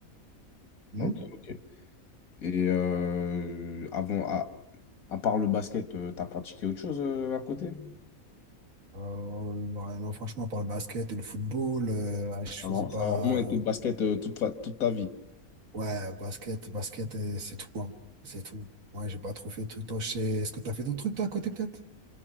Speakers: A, on the right; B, on the left.
A: Hmm
B: Ok, ok. Et euh, avant, à, à part le basket, euh, t'as pratiqué autre chose euh, à côté?
A: Euh, ouais, non, franchement, par le basket et le football, euh, ouais, je
B: Ça
A: faisais
B: va-
A: pas.
B: ça a vraiment été
A: euh,
B: basket euh, toute, fa- toute ta vie.
A: Ouais, basket, basket, euh, c'est tout, hein. C'est tout. Ouais, j'ai pas trop fait de trucs. Toi, je sais... Est-ce que t'as fait d'autres trucs, toi, à côté, peut-être?